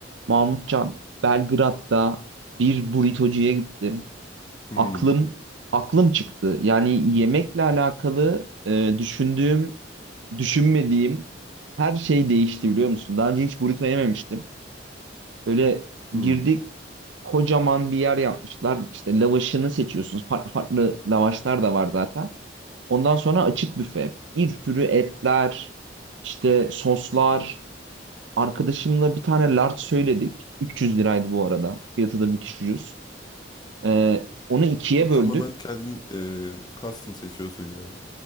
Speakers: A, on the right (about 80°); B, on the left (about 20°).
A: Mahmutcan, Belgrad'da bir burritocuya gittim.
B: Hmm,
A: Aklım aklım çıktı. Yani yemekle alakalı e, düşündüğüm, düşünmediğim her şey değişti biliyor musun? Daha önce hiç burrito yememiştim. Böyle
B: hmm.
A: girdik kocaman bir yer yapmışlar. İşte lavaşını seçiyorsunuz. Farklı farklı lavaşlar da var zaten. Ondan sonra açık büfe. Bir sürü etler, işte soslar. Arkadaşımla bir tane large söyledik. 300 liraydı bu arada. Fiyatı da müthiş ucuz. Ee, onu ikiye
B: E, tamamen
A: böldük.
B: kendin e, custom seçiyorsun yani.